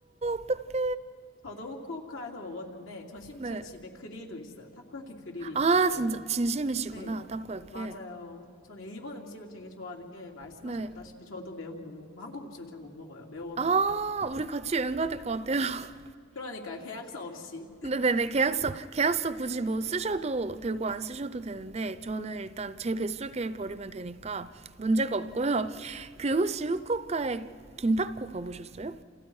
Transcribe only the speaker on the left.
저도 후쿠오카에서 먹었는데 전 심지어
집에 그릴도 있어요. 타코야키 그릴이
있고.
네,
맞아요. 저는 일본 음식을 되게 좋아하는 게 말씀하셨다시피
저도 매운 거 못 먹고 한국 음식을 잘 못 먹어요. 매워서.
그러니까 계약서 없이.